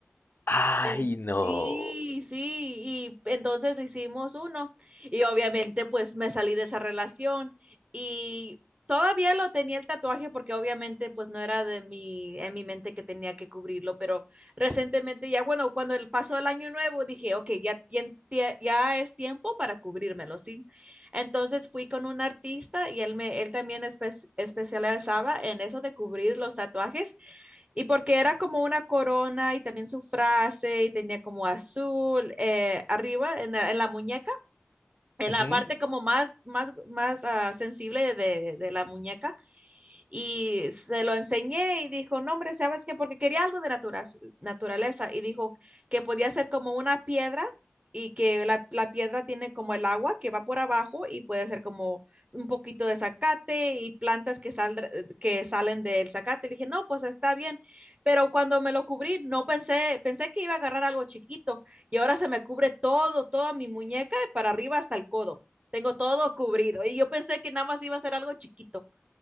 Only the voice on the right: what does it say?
Eran-
Sí, sí, y entonces hicimos uno y obviamente pues me salí de esa relación y todavía lo tenía el tatuaje porque obviamente pues no era de mi, en mi mente que tenía que cubrirlo, pero recientemente ya bueno, cuando el pasó el año nuevo dije, ok, ya, tien- tie- ya es tiempo para cubrírmelo, ¿sí? Entonces fui con un artista y él, me, él también espe- especializaba en eso de cubrir los tatuajes y porque era como una corona y también su frase y tenía como azul eh, arriba en la, en la muñeca en
la parte como más, más, más ah, sensible de, de la muñeca. Y se lo enseñé y dijo, no, hombre, ¿sabes qué? Porque quería algo de natura- naturaleza. Y dijo que podía ser como una piedra y que la, la piedra tiene como el agua que va por abajo y puede ser como un poquito de zacate y plantas que, saldr- que salen del zacate. Le dije, no, pues está bien. Pero cuando me lo cubrí, no pensé, pensé que iba a agarrar algo chiquito y ahora se me cubre todo, toda mi muñeca, y para arriba hasta el codo. Tengo todo cubrido. Y yo pensé que nada más iba a ser algo chiquito.